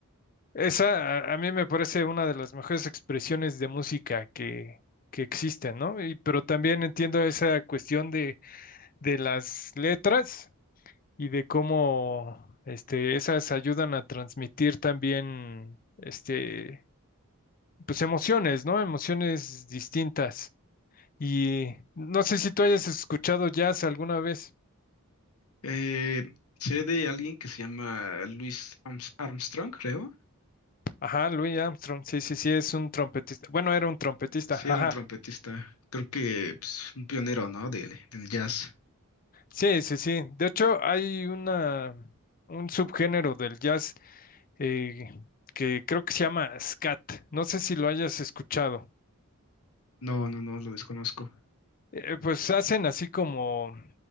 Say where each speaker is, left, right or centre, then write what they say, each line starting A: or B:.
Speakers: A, on the left; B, on the left.
A: Esa a, a mí me parece una de las mejores expresiones de música que, que existen, ¿no? Y, pero también entiendo esa cuestión de, de las letras y de cómo este, esas ayudan a transmitir también este, pues emociones, ¿no? Emociones distintas. Y no sé si tú hayas escuchado jazz alguna vez.
B: Eh, sé de alguien que se llama Louis Arms- Armstrong, creo.
A: Ajá, Louis Armstrong, sí, sí, sí, es un trompetista. Bueno, era un trompetista,
B: Sí,
A: ajá.
B: era un trompetista. Creo que pues, un pionero, ¿no? Del, del jazz.
A: Sí, sí, sí. De hecho, hay una, un subgénero del jazz eh, que creo que se llama scat. No sé si lo hayas escuchado.
B: No, no, no, lo desconozco.
A: Eh, pues hacen así como...